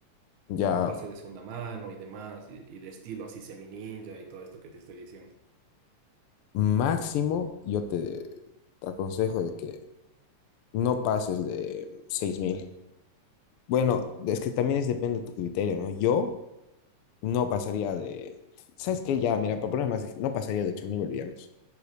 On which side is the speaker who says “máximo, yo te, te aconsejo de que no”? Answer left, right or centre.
Left